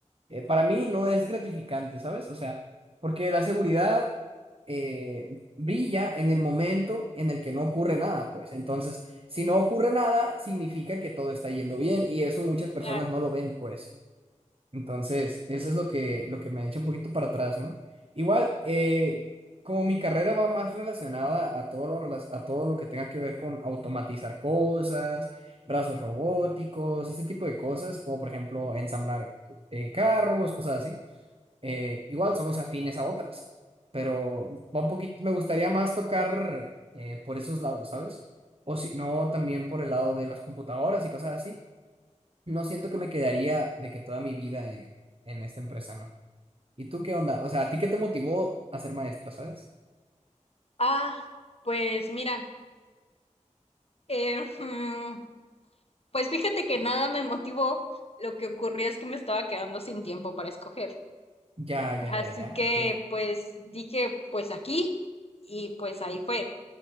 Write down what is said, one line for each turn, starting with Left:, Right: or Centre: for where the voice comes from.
Right: eh, para mí no es gratificante, ¿sabes? O sea, porque la seguridad eh, brilla en el momento en el que no ocurre nada, pues. Entonces, si no ocurre nada, significa que todo está yendo bien y eso muchas personas
Left: claro.
Right: no lo ven, pues. Entonces, eso es lo que, lo que me echa un poquito para atrás, ¿no? Igual, eh, como mi carrera va más relacionada a todo lo, relac- a todo lo que tenga que ver con automatizar cosas, brazos robóticos, ese tipo de cosas, como por ejemplo ensamblar eh, carros, cosas así, eh, igual somos afines a otras, pero va un poquito, me gustaría más tocar eh, por esos lados, ¿sabes? O si no, también por el lado de las computadoras y cosas así no siento que me quedaría de que toda mi vida en, en esta empresa, ¿no? ¿Y tú qué onda? O sea, ¿a ti qué te motivó a ser maestro, sabes?
Left: Ah, pues mira, eh, <laughs> pues fíjate que nada me motivó. Lo que ocurría es que me estaba quedando sin tiempo para escoger.
Right: Ya, ya,
Left: Así
Right: ya, ya,
Left: que
Right: ok.
Left: pues dije, pues aquí y pues ahí fue.